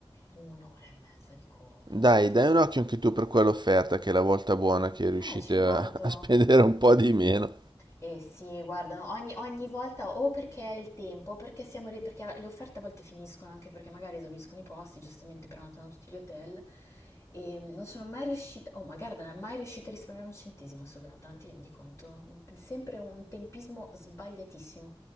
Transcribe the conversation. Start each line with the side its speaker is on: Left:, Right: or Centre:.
Left: un'ora e mezza di coda
Right: Dai,
Left: sotto
Right: dai
Left: il snow.
Right: un occhio anche tu per quell'offerta che è la volta buona che riuscite
Left: Eh, ci guardo.
Right: a, <laughs> a spendere un po' di meno.
Left: Eh sì, guardano, ogni, ogni volta o perché è il tempo, o perché, siamo, ri- perché le offerte a volte finiscono anche perché magari esauriscono i posti, giustamente prenotano tutti gli hotel e non sono mai riuscita, oh ma Gardaland, è mai riuscita a risparmiare un centesimo su Gardaland, ti rendi conto? Sempre un tempismo sbagliatissimo.